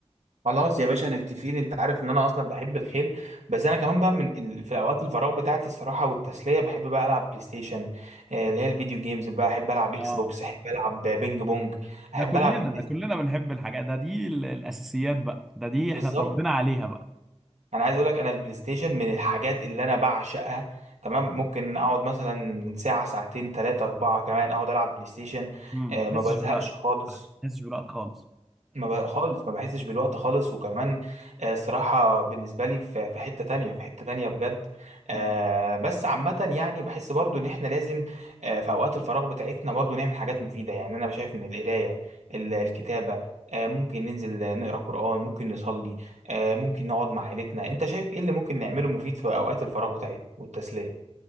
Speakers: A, on the right; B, in the centre.
A: خلاص يا باشا متفقين انت عارف ان انا اصلا بحب الخيل بس انا كمان بقى من ال- في اوقات الفراغ بتاعتي الصراحه والتسليه بحب بقى العب بلاي ستيشن آه، اللي هي الفيديو جيمز بقى احب العب اكس
B: اه
A: بوكس احب العب بينج بونج
B: ده
A: احب
B: كلنا
A: العب البلاي-
B: ده كلنا بنحب الحاجات ده دي ال- الاساسيات بقى ده دي احنا
A: بالظبط
B: اتربينا عليها بقى
A: <laughs> انا عايز اقول لك انا البلاي ستيشن من الحاجات اللي انا بعشقها تمام ممكن اقعد مثلا ساعه ساعتين ثلاثه اربعه كمان اقعد العب بلاي ستيشن
B: امم
A: آه،
B: ما
A: ما
B: تحسش
A: بزهقش
B: بالوقت ما
A: خالص
B: تحسش بالوقت خالص
A: ما بقى خالص ما بحسش بالوقت خالص وكمان آه، الصراحة بالنسبة لي في في حتة تانية في حتة تانية بجد آه،
B: فعلا
A: بس عامة يعني بحس برضو ان احنا لازم آه، في اوقات الفراغ بتاعتنا برضو نعمل حاجات مفيدة يعني انا شايف ان القراية ال- الكتابة آه، ممكن ننزل آه، نقرا قرآن ممكن نصلي آه، ممكن نقعد مع عيلتنا انت شايف ايه اللي ممكن نعمله مفيد في اوقات الفراغ بتاعتنا والتسلية